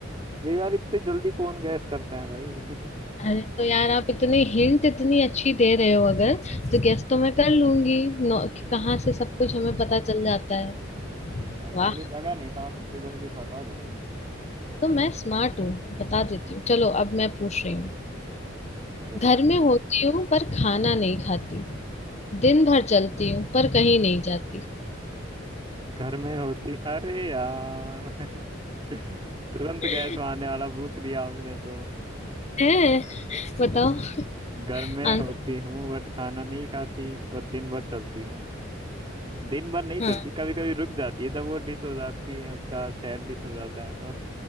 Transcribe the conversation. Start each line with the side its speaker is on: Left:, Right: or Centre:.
Right: अरे यार इतनी जल्दी कौन गैस करता है भाई <laughs>
Left: अरे तो यार आप इतने हिंट इतनी अच्छी दे रहे हो अगर तो गेस तो मैं कर लूंगी नौ- कि कहाँ से सब कुछ हमें पता चल जाता है
Right: अरे यार
Left: वाह
Right: मुझे लगा नहीं था आप इतनी जल्दी बता दोगे
Left: तो मैं स्मार्ट हूँ बता देती हूँ चलो अब मैं पूछ रही हूँ
Right: चलो
Left: घर में होती हूँ पर खाना नहीं खाती दिन भर चलती हूँ पर कहीं नहीं जाती
Right: घर में होती अरे यार <laughs> तुरंत
Left: <laughs>
Right: गैस मारने वाला पूछ लिया आपने तो
Left: है बताओ
Right: हम्म, घर में
Left: आंसर
Right: होती हूँ बट खाना नहीं खाती और दिन भर चलती हूँ दिन भर नहीं
Left: हाँ
Right: चलती कभी कभी रुक जाती है जब वो डिश हो जाती है उसका सैड डिश हो जाता है तो